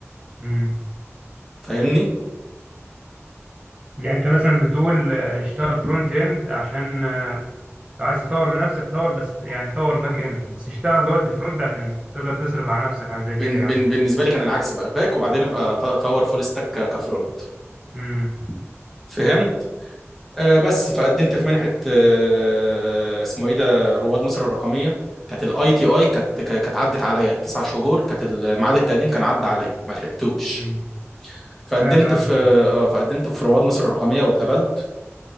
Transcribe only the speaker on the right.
امم
يعني انت مثلا بتقول آه، اشتغل فرونت اند عشان آه، لو عايز تطور من نفسك طور بس يعني طور باك اند بس اشتغل دلوقتي فرونت عشان تقدر تصرف على نفسك على زي كده
يعني
امم
امم
سمعت عنها